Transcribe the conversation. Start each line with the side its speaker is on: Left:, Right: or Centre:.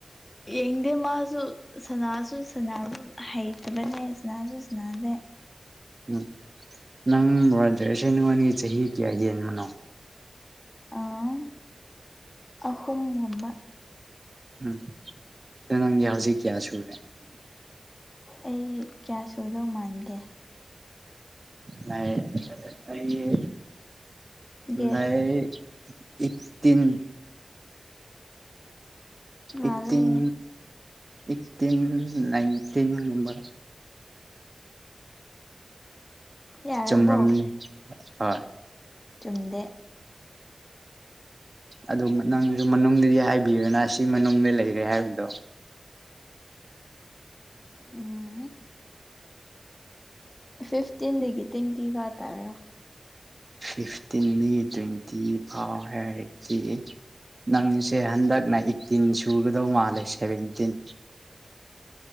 Left: ꯌꯦꯡꯗꯦ ꯃꯥꯖꯨ ꯁꯅꯥꯁꯨ ꯁꯅꯥꯕ ꯍꯩꯇꯕꯅꯦ ꯁꯅꯥꯁꯨ ꯁꯥꯅꯗꯦ
Right: ꯎꯝ ꯅꯪ ꯕ꯭ꯔꯥꯗꯔꯁꯦ ꯅꯉꯣꯟꯗꯒꯤ ꯆꯍꯤ ꯀꯌꯥ ꯌꯦꯟꯕꯅꯣ
Left: ꯑꯥ ꯑꯍꯨꯝꯒꯨꯝꯕ
Right: ꯎꯝ ꯑꯗꯣ ꯅꯪꯒꯤ ꯍꯧꯖꯤꯛ ꯀꯌꯥ ꯁꯨꯔꯦ
Left: ꯑꯩ ꯀꯌꯥ ꯁꯨꯗꯧ ꯃꯥꯟꯒꯦ
Right: ꯂꯩ ꯑꯩ
Left: ꯒꯦꯁ
Right: ꯂꯩ ꯑꯩꯠ ꯇꯤꯟ
Left: ꯃꯥꯜꯂꯦ
Right: ꯑꯩꯠꯇꯤꯟ ꯑꯩꯠꯇꯤꯟ ꯏꯟꯇꯤꯟ ꯒꯨꯝꯕ
Left: ꯌꯥꯔꯕꯣ
Right: ꯆꯝꯔꯝꯅꯤ ꯍꯣꯏ
Left: ꯆꯨꯝꯗꯦ
Right: ꯑꯗꯨ ꯅꯪꯖꯨ ꯃꯅꯨꯡꯗꯗꯤ ꯍꯥꯏꯕꯤꯔꯦꯅ ꯁꯤ ꯃꯅꯨꯡꯗ ꯂꯩꯔꯦ ꯍꯥꯏꯕꯗꯣ
Left: ꯎꯝ ꯐꯤꯐꯇꯤꯟꯗꯒꯤ ꯇ꯭ꯋꯦꯟꯇꯤ ꯐꯥ ꯇꯥꯔ
Right: ꯐꯤꯐꯇꯤꯟꯗꯒꯤ ꯇ꯭ꯋꯦꯟꯇꯤ ꯐꯥꯎ ꯍꯥꯏꯔꯗꯤ ꯅꯪꯁꯦ ꯍꯟꯗꯛꯅ ꯑꯩꯠꯇꯤꯟ ꯁꯨꯒꯗꯧ ꯃꯥꯜꯂꯦ ꯁꯦꯚꯦꯟꯇꯤꯟ